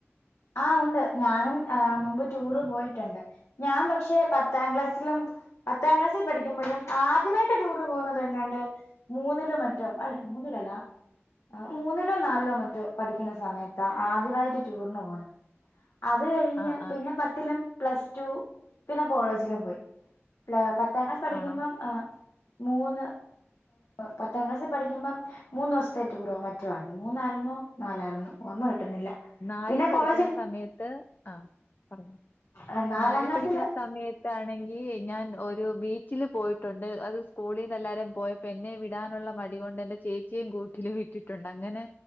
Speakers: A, on the left; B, on the left.
A: ആഹ് ഉണ്ട് ഞാനും ഏഹ് മുമ്പ് ടൂറ് പോയിട്ടുണ്ട് ഞാൻ പക്ഷെ പത്താം ക്ലാസ്സിലും പത്താം ക്ലാസ്സിൽ പഠിക്കുമ്പഴും ആദ്യമായിട്ട് ടൂറ് പോകുന്നത് എങ്ങാണ്ട് മൂന്നിലോ മറ്റോ അല്ല മൂന്നിലല്ല മൂന്നിലോ നാലിലോ മറ്റോ പഠിക്കുന്ന സമയത്ത ആദ്യമായിട്ട് ടൂറിന് പോണ അത് കഴിഞ്ഞ്
B: ആഹ് ആഹ്
A: പിന്നെ പത്തിലും പ്ലസ് ടു പിന്നെ കോളേജിലും പോയി പ പത്താം ക്ലാസ് പഠിക്കുമ്പം
B: ആണോ?
A: ഏഹ് മൂന്ന് പത്താം ക്ലാസ്സിൽ പഠിക്കുമ്പം മൂന്ന് ദിവത്തെ ടൂറോ മറ്റൊ ആയിരുന്നു മൂന്നായിരുന്നോ നാലായിരുന്നോ ഓർമ്മ കിട്ടുന്നില്ല
B: നാല്
A: പിന്നെ
B: പഠിക്കുന്ന
A: കോളേജിൽ
B: സമയത്ത് ആ പറഞ്ഞ
A: ആ, നാലാം
B: നാല്
A: ക്ലാസ്സിൽ
B: പഠിക്കുന്ന സമയത്താണെങ്കിൽ ഞാൻ ഒരു ബീച്ചിൽ പോയിട്ടുണ്ട് അത് സ്കൂളിൽ നിന്ന് എല്ലാവരും പോയ എന്നെ വിടാനുള്ള മടി കൊണ്ട് എന്റെ ചേച്ചിയേ കൂട്ടിൽ വിട്ടിട്ടുണ്ട് അങ്ങനെ